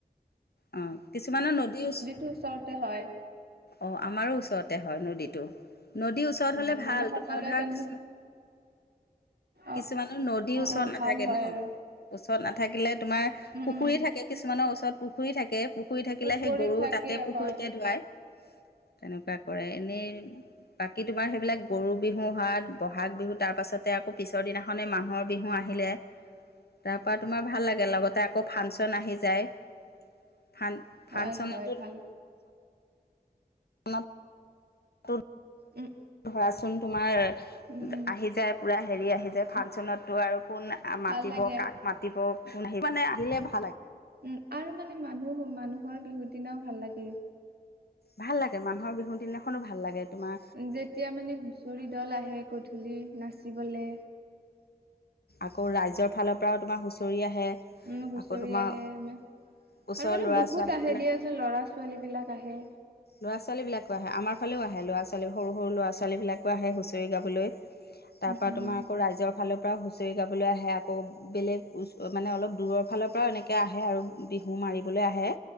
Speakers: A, on the left (about 85°); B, on the right (about 80°).
A: অ' কিছুমানৰ নদীৰ ওচ
B: টো ওচৰতে হয়।
A: অ' আমাৰো ওচৰতে হয় নদীটো। নদীৰ ওচৰত
B: উম
A: হ'লে ভাল,
B: মানে সকলোৱে
A: তোমাৰ ধৰা
B: তেনে
A: কিছুমান কিছুমানৰ
B: অ
A: নদীৰ
B: অ',
A: ওচৰত
B: অ',
A: নাথাকে
B: ভাল হয়
A: ন'।
B: আৰু
A: ওচৰত নাথাকিলে তোমাৰ
B: উম,
A: পুখুৰী
B: উম,
A: থাকে, কিছুমানৰ ওচৰত পুখুৰী থাকে। পুখুৰী থাকিলে
B: পুখুৰীত
A: সেই গৰু
B: থাকে
A: তাতে পুখুৰীতে
B: হয়,
A: ধুৱায়। তেনেকুৱা কৰে, এনেই বাকী তোমাৰ সেইবিলাক গৰু বিহু হাত বহাগ বিহু তাৰ পাছত। তে আকৌ পিছৰ দিনাখনেই মানুহৰ বিহু আহিলে। তাৰ পৰা তোমাৰ ভাল লাগে লগতে আকৌ ফাংচন আহি যায়। ফান ফাংচনতো,
B: হয়, হয়, ভাল
A: আ ৰ <unintelligible>
B: উম,
A: ধৰাচোন তোমাৰ
B: উম, উম,
A: আহি যায়, পুৰা হেৰি আহি যায় ফাংচনততো আৰু, কোন
B: ভাল
A: মাতিব
B: লাগে।
A: কাক মাতিব কোন আহ, মানে আহিলে ভা
B: উম আৰু মানে মানুহ মানুহৰ বিহুৰ দিনাও ভাল লাগে।
A: ভাল লাগে মানুহৰ বিহু দিনাখনো ভাল লাগে। তোমাৰ
B: যেতিয়া মানে হুচৰি দল আহে গধূলি নাচিবলে।
A: আকৌ ৰাইজৰ ফালৰ পৰাও তোমাৰ হুঁচৰি আহে।
B: উম হুঁচৰি
A: আকৌ তোমাৰ
B: আহে। আৰু
A: ওচৰৰ
B: মানে
A: ল'ৰা
B: বহুত
A: ছোৱালী
B: আহে
A: বিলাক
B: দিয়াচোন ল'ৰা ছোৱালী বিলাক আহে।
A: ল'ৰা ছোৱালীবিলাকো আহে আমাৰ ফালেও আহে ল'ৰা ছোৱালী সৰু সৰু ল'ৰা ছোৱালীবিলাকো আহে হুঁচৰি গাবলৈ। তাৰ
B: উম,
A: পৰা
B: উম,
A: তোমাৰ আকৌ ৰাইজৰ ফালৰ পৰাও হুচৰি গাবলৈ আহে আকৌ বেলেগ মানে অলপ দূৰৰ ফালৰ পৰাও এনেকে আহে আৰু, মাৰিবলৈ আহে,